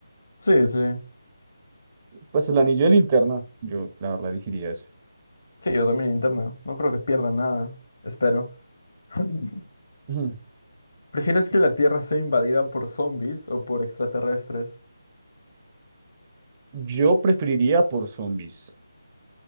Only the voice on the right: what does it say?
Pues el anillo de linterna, yo la verdad elegiría ese.
Ujú,
sí.
Yo preferiría por zombies,